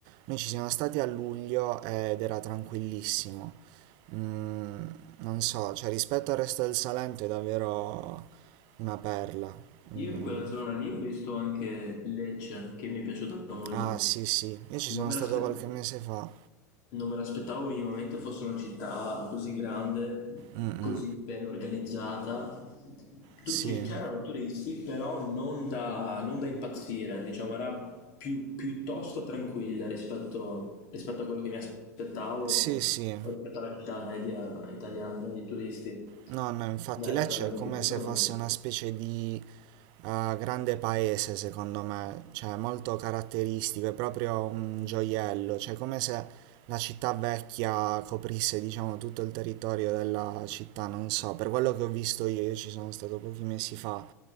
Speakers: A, on the right (about 55°); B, on the left (about 55°).
A: noi ci siamo stati a luglio ed era tranquillissimo. Mm, non so, cioè rispetto al resto del Salento è davvero una perla. Mm,
B: Io in quella zona lì ho visto anche Lecce, che mi è piaciuta molto.
A: Ah, sì, sì. Io ci sono
B: Non me
A: stato
B: l'aspettavo.
A: qualche mese fa.
B: Non me l'aspettavo minimamente fosse una città così grande,
A: Mm,
B: così ben organizzata. Tutti
A: Sì.
B: c'erano turisti, però non da, non da impazzire, diciamo, era più- piuttosto tranquilla rispetto, rispetto a quello che mi aspettavo,
A: Sì, sì.
B: o rispetto alla città media italiana piena di turisti.
A: No, no, infatti
B: Bella,
A: Lecce
B: bella, mi
A: è come
B: è piaciuta
A: se
B: molto.
A: fosse una specie di eh, grande paese, secondo me, cioè molto caratteristico, è proprio un gioiello, cioè come se la città vecchia coprisse, diciamo, tutto il territorio della città, non so, per quello che ho visto io, io ci sono stato pochi mesi fa,